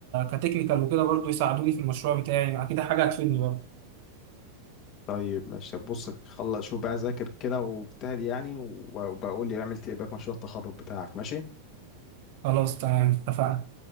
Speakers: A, on the right; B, on the left.
A: كتكنيكال وكده برضو يساعدوني في المشروع بتاعي اكيد حاجه هتفيدني برضو
B: طيب ماشي بص خلص شوف بقى ذاكر كده واجتهد يعني وبقول لي عملت ايه بقى في مشروع التخرج بتاعك ماشي
A: خلاص تمام اتفقنا